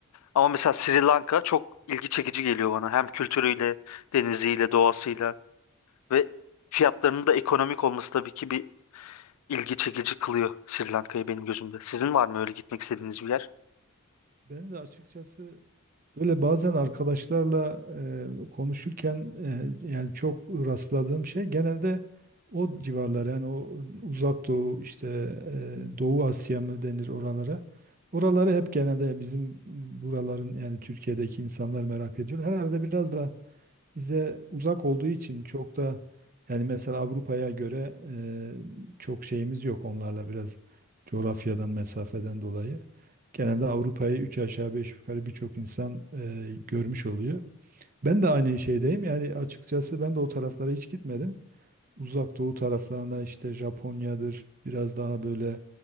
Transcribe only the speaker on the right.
Benim de açıkçası Böyle bazen arkadaşlarla e, konuşurken e, yani çok rastladığım şey genelde o civarlar yani o Uzak Doğu işte e, Doğu Asya mı denir oralara. Oraları hep genelde bizim buraların yani Türkiye'deki insanlar merak ediyor. Herhalde biraz da bize uzak olduğu için çok da yani mesela Avrupa'ya göre e, çok şeyimiz yok onlarla biraz coğrafyadan, mesafeden dolayı. Genelde Avrupa'yı üç aşağı beş yukarı birçok insan e, görmüş oluyor. Ben de aynı şeydeyim. Yani açıkçası ben de o taraflara hiç gitmedim. Uzak Doğu taraflarına işte Japonya'dır, biraz daha böyle